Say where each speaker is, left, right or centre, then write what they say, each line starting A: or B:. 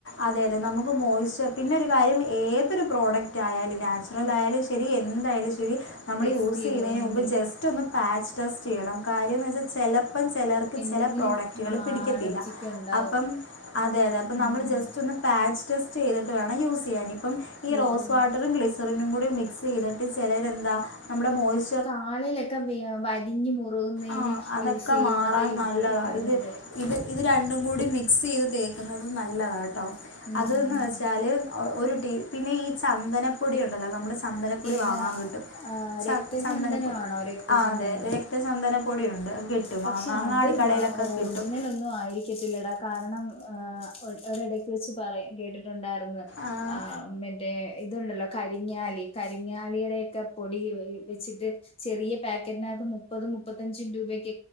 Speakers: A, on the left; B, on the left.
A: അതെ അതെ നമുക്ക് മോയ്സ്ചർ പിന്നെ ഒരു കാര്യം ഏതൊരു പ്രോഡക്റ്റ് ആയാലും. നാച്ചുറൽ
B: ഉം
A: ആയാലും ശരി എന്തായാലും ശരി നമ്മൾ
B: ടെസ്റ്റ്
A: യൂസെയ്യുന്നതിന്
B: ചെയ്ത് നോക്കണല്ലേ
A: മുൻ്പ് ജസ്റ്റ് റ്റൊന്ന് പാച്ച് ടെസ്റ്റ് ചെയ്യണം കാര്യന്ന് വെച്ചാൽ ചെലപ്പം ചെലർ ക്ക്
B: എന്തെങ്കിലും
A: ചെല പ്രോഡക്റ്റുകൾ
B: ആഹ്
A: പിടിക്കത്തില്ല.
B: അലർജിക്ക് ഉണ്ടാവും
A: അപ്പം അതെയതെ അപ്പം
B: ഉം
A: നമ്മൾ ജസ്റ്റ് ഒന്ന് പാച്ച്ടെസ്റ്റ്‌ ചെയ്തിട്ട് വേണം യൂസ് ചെയ്യാൻ ഇപ്പം ഈ
B: ഓ
A: റോസ്
B: ഓ
A: വാട്ടറും ഗി ഗ്ലീസറിനും കൂടി മിക്സ് ചെയ്തിട്ട് ചിലരെ എന്താ നമ്മുടെ മോസ്
B: കാലിലൊക്കെ വലിഞ് മുറുകുന്നതിന്
A: ആഹ് അതൊക്കെ
B: യൂസ് ചെയ്യും
A: മാറാൻ
B: എന്നൊക്കെ യൂട്യൂബിൽ
A: നല്ലതാ
B: കിടന്ന
A: ഇത് ഇത് ഇത് രണ്ടും കൂടി മിക്സ് ചെയ്ത് തേക്കുന്നത് നല്ലതാണ് കേട്ടോ
B: ഉം
A: അതെന്ന്
B: ഉം
A: വെച്ചാൽ അഹ് ഒരു ടി പിന്നെ ഈ ചന്തനം പൊടിണ്ടല്ലോ നമ്മള് ചന്ദനപ്പൊടി
B: ഏതാ
A: വാങ്ങാൻ കിട്ടും ച
B: രക്തചന്ദനമാണോ
A: ചന്ദനപ്പൊടി
B: രക്തചന്ദനം
A: ആ അതെ രക്തചന്തന പൊടിയുണ്ട് കിട്ടും
B: പക്ഷെ
A: അങ്ങാടിക്കടയിലൊക്കെ
B: അത്
A: കിട്ടും
B: ഒറിജിനൽ ഒന്നും ആയിരിക്കത്തില്ലടാ. കാരണം ഏഹ് ഒരടക്ക് വച്ച് പറ കേട്ടിട്ട ണ്ടായിരുന്നു
A: ആഹ്
B: ആ മറ്റേ ഇതുണ്ടല്ലോ കരിങ്ങാലി കരിങ്ങാലിയുടൊക്കെ പൊടി വെച്ചിട്ട് ചെറിയ പാക്കറ്റിനക മുപ്പത മുപ്പത്തഞ്ചും രൂപക്ക